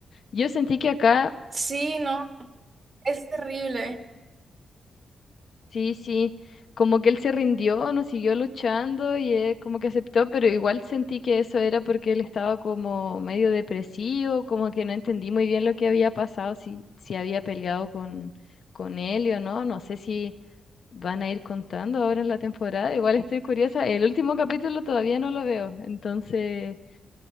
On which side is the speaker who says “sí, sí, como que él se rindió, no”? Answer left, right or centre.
Left